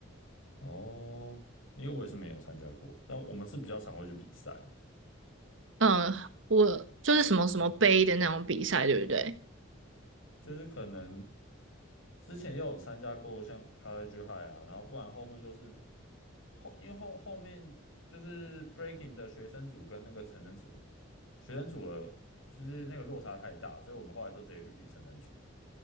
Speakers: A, on the left (about 80°); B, on the right (about 70°).
A: 哦，因为我也是没有参加过，但我们是比较常会去比赛。
B: 嗯，我就是什么什么杯的那种比赛，对不对？
A: 就是可能之前也有参加过像 College High 啊，然后不然后面就是后，因为后后面就是 Breaking 的学生组跟那个成人组，学生组的就是那个落差太大，所以我们后来都直接去比成人组。